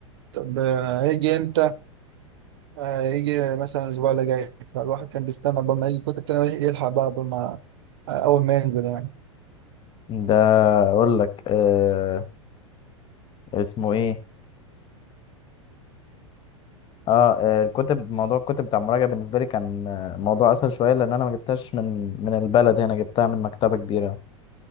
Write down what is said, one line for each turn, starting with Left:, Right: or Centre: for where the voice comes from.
Right: طب آه، هيجي امتى آه، هيجي مثلا الاسبوع اللي جاي فالواحد كان بيستنى قبل ما يجي الكتب كان يلحق بقى قبل ما آه، اول ما ينزل يعني
Left: ده اقول لك آه اسمه ايه اه آه، الكتب موضوع الكتب بتاع المراجعه بالنسبه لي كان آه، موضوع اسهل شويه لان انا ما جبتهاش من من البلد هنا جبتها من مكتبه كبيره